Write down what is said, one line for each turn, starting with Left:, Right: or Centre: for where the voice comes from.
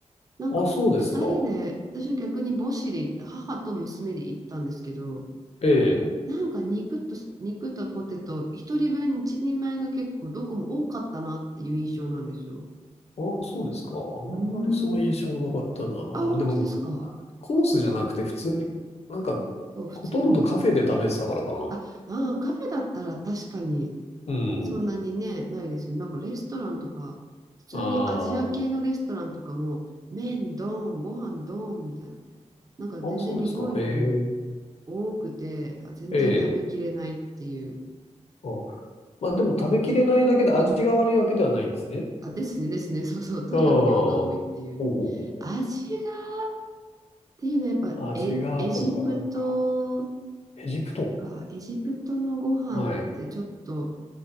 Right: なんかふ2人で、
Left: あ、そうですか。
Right: 私は逆に母子で行った、母と娘で行ったんですけど、
Left: ええ。
Right: なんか肉と、肉とポテト、1人分1人前が結構どこも多かったなっていう印象なんですよ。
Left: ああ、そうですか。あんまりその印象はなかったな。
Right: うーん。あ、本当ですか。
Left: でも、あコースじゃなくて普通に、なんか、
Right: そう、普通に。
Left: ほとんどカフェで食べてたからかな。
Right: あ、あー、カフェだったら確かに
Left: うん。
Right: そんなにね、ないですよね。なんかレストランとか、普通にアジア系のレストランとかも、
Left: ああ、
Right: 麺ドーン、ご飯ドーンみたいな。なんか全然日本よりも
Left: ああ、そうですか。へえ、
Right: 多くて、あ全然食べきれないっていう
Left: ええ。あ、まあでも食べきれないだけで味が悪いわけではないんですね。
Right: 感じ。あ、ですね、ですね、<laughs> そうそう、とにかく量が多いっていう。
Left: ああ、ほうほうほうほう。
Right: 味がっていうのはやっぱエ、
Left: 味がとかなんか、
Right: エジプト
Left: エジプト。
Right: とか、エジプトのご飯ってちょっと、
Left: はい、